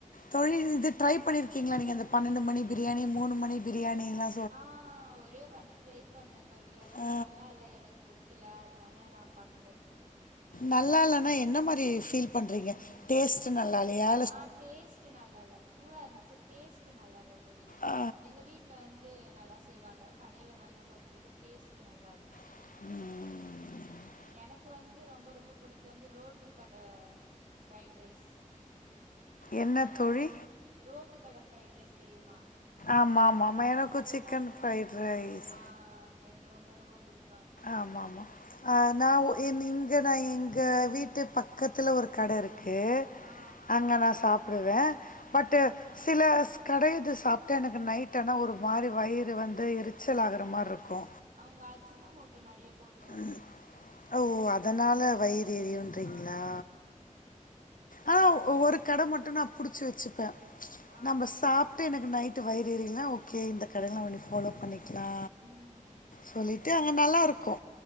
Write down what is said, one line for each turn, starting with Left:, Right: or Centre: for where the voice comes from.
Left: தோழி இது ட்ரை பண்ணியிருக்கீங்களா நீங்க அந்த பன்னெண்டு மணி பிரியாணி மூணு மணி பிரியாணிலா
Right: ஆ ஒரே ஒரு வாட்டி ட்ரை- பண்ண தோழி அது வந்து
Left: அ
Right: நல்லா இல்ல எனக் புடிக்கல அத்னால நா பண்ல தோழி
Left: நல்லா இல்லனா என்ன மாரி ஃபீல் பண்றீங்க டேஸ்ட் நல்லாலயா
Right: ஆ டேஸ்ட் நல்லால சூடா இருந்துச்சு டேஸ்ட் நல்லால தோழி
Left: ஆ
Right: எங்க வீட்- வீட்டுல வந்து நல்லா செய்வாங்க கடையில வாங்கி சாப்பிட்றதுல டேஸ்ட்டு நல்லால
Left: ம்
Right: எனக்கு வந்து ரொம்ப ரொம்ப புடிக்கும் வந்து ரோட்டு கட ஃப்ரைட் ரைஸ்
Left: என்ன தோழி
Right: ரோட்டு கட ஃப்ரைட் ரைஸ் தெரியுமா
Left: ஆமாமாமா. எனக்கும்
Right: அதுதா
Left: சிக்கன்
Right: எனக்கு
Left: ஃப்ரைட்
Right: ரொம்ப
Left: ரைஸ்.
Right: புடிக்கு ஆ எனக்கு ரொம்ப ரொம்ப புடிக்
Left: ஆமா ஆமா ஆனா ஒ என் இங்குன எங்க வீட்டு பக்கத்துல ஒரு கட இருக் கு
Right: ஆ
Left: அங்க நா சாப்புடுவே பட்டு
Right: ஆ
Left: சில ஸ் கடையிது சாப்ட்டு எனக்கு நைட் ஆனா ஒரு மாரி வயிறு வந்து எரிச்சல் ஆகுறமாயிருக்கு
Right: அவங்க அஜுனமோட்டோ நெறைய போட்-
Left: ம் ஓ அதனால வயிறு எரியுன்றீங்ளா
Right: ஆமாம் ஆமாம்
Left: ஆனா ஒரு கட மட்டு நா புடிச்சு வெச்சுப்பே
Right: ஆ
Left: நம்ப சாப்பிட்டு எனக்கு நைட் ட்டு வயிறு எறியலனா ஓகே இந்த கடையில இனி நம்ம ஃபாலோ பண்ணிக்கலா
Right: ம்
Left: சொல்லிட்டு அங்க நல்லா இருக்கு